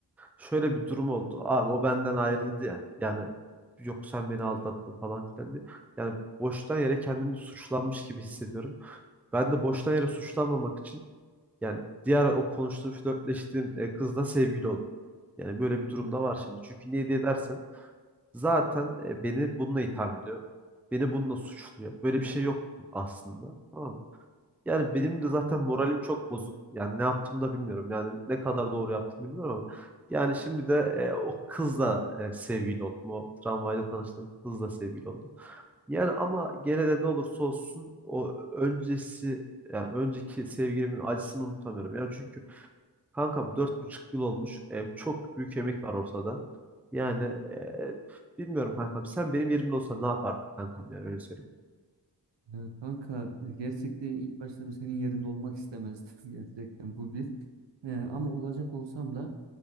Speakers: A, in the centre; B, on the right (about 80°).
A: şöyle bir durum oldu. Abi o benden ayrıldı ya. Yani yok sen beni aldattın falan filan diye. Yani boştan yere kendimi suçlanmış gibi hissediyorum. Ben de boştan yere suçlanmamak için yani diğer o konuştuğum, flörtleştiğim e, kızla sevgili oldum. Yani böyle bir durumda var şimdi. Çünkü niye diye dersen zaten e, beni bununla itham ediyor. Beni bununla suçluyor. Böyle bir şey yok aslında. Tamam mı? Yani benim de zaten moralim çok bozuk. Yani ne yaptığımı da bilmiyorum. Yani ne kadar doğru yaptım bilmiyorum ama. Yani şimdi de e, o kızla e, sevgili oldum. O tramvayda tanıştığım kızla sevgili oldum. Yani ama gene de ne olursa olsun o öncesi yani önceki sevgilimin acısını unutamıyorum. Yani çünkü kankam dört buçuk yıl olmuş. E, çok büyük emek var ortada. Yani e, bilmiyorum kankam. Sen benim yerimde olsan ne yapardın kankam yani öyle söyleyeyim.
B: Ya kanka gerçekten ilk başta bir senin yerinde olmak istemezdim <laughs> gerçekten bu bir. Ee, ama olacak olsam da